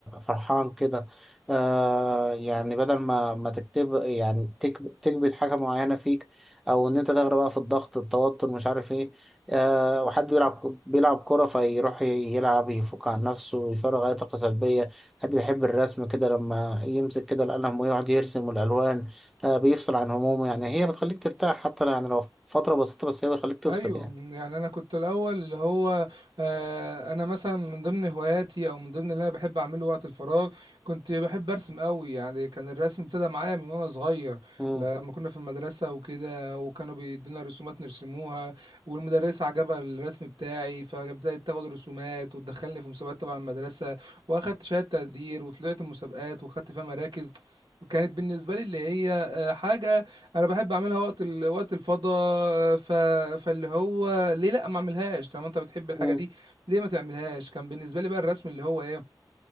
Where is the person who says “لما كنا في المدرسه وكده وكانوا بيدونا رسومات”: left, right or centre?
Right